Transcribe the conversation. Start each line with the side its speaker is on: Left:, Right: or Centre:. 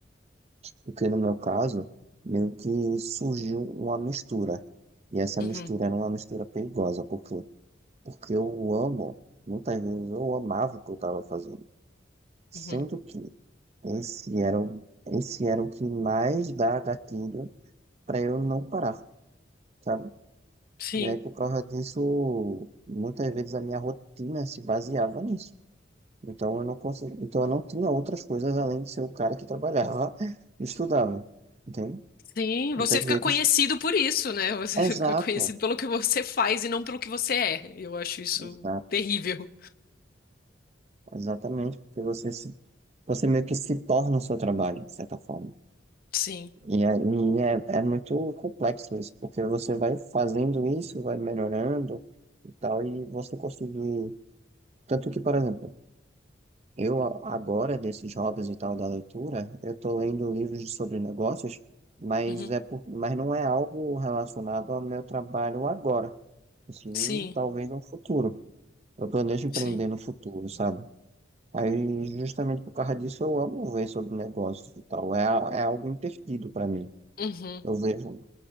Right: Porque no meu caso, meio que surgiu uma mistura. E essa
Left: Uhum,
Right: mistura era uma mistura perigosa, porque porque eu amo, muitas vezes eu amava o que eu estava fazendo. Sendo
Left: uhum.
Right: que esse era o, esse era o que mais dá gatilho para eu não parar, sabe?
Left: Sim,
Right: E aí, por causa disso, muitas vezes a minha rotina se baseava nisso. Então eu não consegui, então eu não tinha outras coisas além de ser o cara que trabalhava <laughs> e estudava, entende?
Left: sim.
Right: Muitas
Left: Você
Right: vezes,
Left: fica conhecido por isso, né? Você
Right: exato,
Left: <laughs> fica conhecido pelo que você faz e não pelo que você é. Eu acho isso
Right: exato,
Left: terrível.
Right: exatamente, porque você se, você meio que se torna o seu trabalho, de certa forma.
Left: Sim,
Right: E aí é, é muito complexo isso, porque você vai fazendo isso, vai melhorando e tal, e você conseguir. Tanto que, por exemplo, eu a- agora, desses hobbies e tal da leitura, eu tô lendo livros sobre negócios, mas,
Left: uhum,
Right: é por, mas não é algo relacionado ao meu trabalho agora, sim,
Left: sim,
Right: talvez no futuro. Eu planejo empreender
Left: sim.
Right: no futuro, sabe? Aí, justamente por causa disso, eu amo ver sobre negócios e tal, é, a- é algo imperdido para mim.
Left: Uhum.
Right: Eu vejo